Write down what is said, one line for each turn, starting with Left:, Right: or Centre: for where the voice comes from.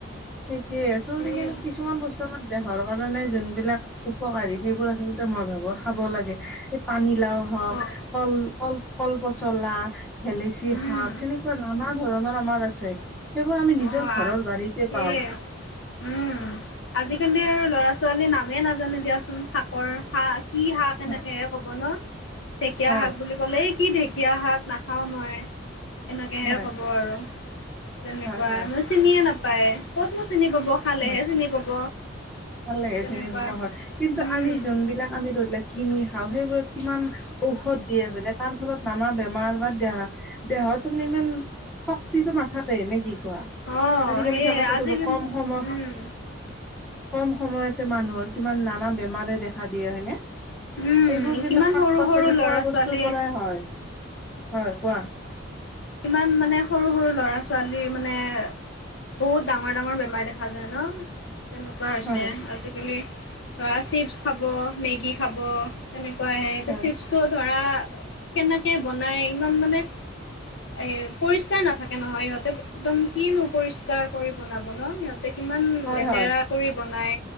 Centre: সেইটোৱে আচলতে
Left: এই
Centre: কিন্তু কিছুমান বস্তু আমাৰ দেহৰ কাৰণে যোনবিলাক উপকাৰী সেইবোৰ আচলতে মই ভাবো খাব লাগে পানীলাও হওক,
Left: অ',
Centre: কল কল কল পচলা, ভেলেচি
Left: উম,
Centre: শাক সেনেকুৱা নানা ধৰণৰ আমাৰ আছে। সেইবোৰ আমি
Left: অ',
Centre: নিজৰ ঘৰৰ
Left: আহ
Centre: বাৰীতে
Left: সেয়ে
Centre: পাওঁ।
Left: উম আজিকালি আৰু ল'ৰা ছোৱালী নামেই নাজানে দিয়াচোন, শাকৰ শ কি শাক এনেকে
Centre: হয়
Left: হে ক'ব ন, ঢেকীয়া
Centre: হয়
Left: শাক বুলি ক'লেই কি ঢেকীয়া শাক নাখাওঁ মই এনেকেহে
Centre: হয়
Left: ক'ব আৰু তেনেকুৱা
Centre: হয় হয়
Left: মানে চিনিয়ে নাপায় কতনো চিনি পাব খালেহে
Centre: হয়,
Left: চিনি পাব।
Centre: ভাল লাগে
Left: তেনেকুৱা
Centre: চিনি পাব হয় কিন্তু
Left: উম
Centre: আমি যোনবিলাক আমি ধৰি লাক কিনি খাওঁ সেইবোৰক কিমান ঔষধ দিয়ে, বেলেগ তাৰ ফলত নানা বেমাৰ বা দেহা দেহত মানে ইমান শক্তিটো নাথাকে নে কি কোৱা?
Left: অ
Centre: আজিকালি
Left: সেয়ে
Centre: চাবা চা
Left: আজিকালি
Centre: কম সমত
Left: উম
Centre: কম সময়তে মানুহৰ কিমান নানা বেমাৰে দেখা দিয়ে হয়নে?
Left: উম
Centre: এইবোৰ কিন্তু
Left: কিমান
Centre: শাক-পাচলি
Left: সৰু সৰু ল'ৰা
Centre: খোৱা বস্তুৰ
Left: ছোৱালী
Centre: পৰাই হয়, হয় কোৱা?
Left: ইমান মানে সৰু সৰু ল'ৰা ছোৱালীৰ মানে বহুত ডাঙৰ ডাঙৰ বেমাৰ দেখা যায় ন? তেনেকুৱা হৈছে
Centre: হয়
Left: আজিকালি ধৰা চিপছ খাব, মেগী খাব, তেনেকুৱা আহে এতিয়া
Centre: হয়
Left: চিপছটো ধৰা, কেনেকে বনাই ইমান মানে এ পৰিষ্কাৰ নাথাকে নহয় সিহঁতে একদম কিনো পৰিষ্কাৰ কৰি বনাব ন সিহত কিমান
Centre: হয়
Left: লেতেৰা
Centre: হয়
Left: কৰি বনাই,